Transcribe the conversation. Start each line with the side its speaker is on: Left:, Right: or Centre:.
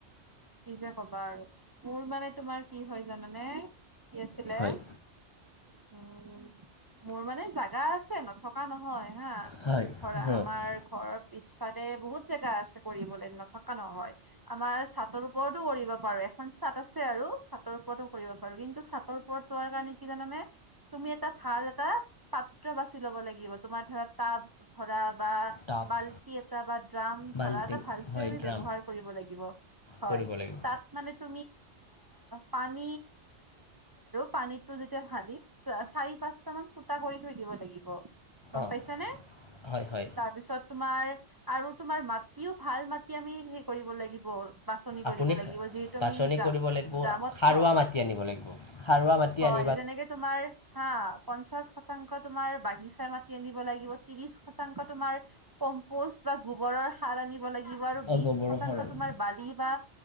Right: কি যে কবা আৰু মোৰ মানে তোমাৰ কি হয় জানানে? কি আছিলে
Left: হয়
Right: উ মোৰ মানে জাগা আছে ন থকা নহয় হা
Left: হয়
Right: ধৰা
Left: হয়
Right: আমাৰ ঘৰৰ পিছফালে বহুত জেগা আছে কৰিবলৈ নথকা নহয় ছাতৰ ওপৰতো কৰিব পাৰে খন চাট আছে আৰু চাটৰ ওপৰতো কৰিব পাৰো কিন্তু চাটৰ ওপৰত ৰোৱাৰ কাৰণে কি জানে তুমি এ তাত ভাল এটা পাত্ৰ বাছি ল'ব লাগিব তোমাৰ ধৰা টাব ধৰা বা
Left: হয়।
Right: বাল্টি এটা বা ড্ৰাম
Left: বাল্টিং
Right: ধৰা এটা ভালকে
Left: হয়
Right: আমি
Left: ড্ৰাম
Right: ব্যৱহাৰ কৰিব লাগিব। হয়
Left: কৰিব লাগিব
Right: তাত মানে ত পান পানয়া সি পাঁচ মান ফুটা কৰি থৈ দিব লাগিব। গম
Left: অঁ
Right: পাইছানে
Left: হয় হয়
Right: তাৰপিছত তোমাৰ আৰু তোমাৰ মাটিও ভাল মাটি আমি হে কৰিব লাগিব। বাছনি কৰিব
Left: আপুনি
Right: লাগিব যিহেতু
Left: বাছনি
Right: আমি
Left: কৰিব লাগিব
Right: ড্ৰামত
Left: সাৰুৱা
Right: থম
Left: মাটি আনিব লাগিব সাৰুৱা মাটি আনি
Right: হয় যেনেকে তোমাৰ হা পঞ্চাশ শতাংশ তোমাৰ বাগিচা মাতি আনিব লাগিব ত্ৰিশ শতাংশ তোমাৰ কম্প বা গোবৰৰ সাৰ আনিব লাগে লিব আৰু
Left: অঁ
Right: বিশ
Left: গোবৰৰ
Right: শতাংশ
Left: সৰে
Right: তোমাৰ বালি বা